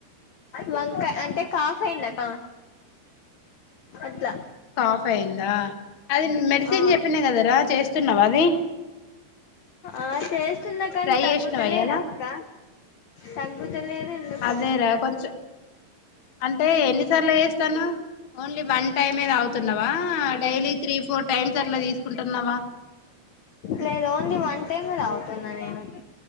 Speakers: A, on the left; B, on the left.
A: వంకాయ అంటే కాఫ్ అయిందకా అట్లా
B: కాఫ్ అయిందా అది మెడిసిన్
A: ఆ
B: చెప్పినా కదరా చేస్ తిన్నావ అది
A: ఆ కే వస్తున్నా కానీ
B: ట్రై
A: తగ్గుతలేదు.
B: చేసినావా ఇయ్యాల
A: అక్క తగ్గుతలేదు ఎందుకో
B: అదేరా కొంచెం అంటే ఎన్నిసార్లు చేస్తానవ్ ఓన్లీ వన్ టైమ్ తాగుతున్నవా డైలీ త్రీ ఫోర్ టైమ్స్ అట్లా తీసుకుంటున్నవా
A: లేదు ఓన్లీ వన్ టైమ్ మే తాగుతున్నా నేను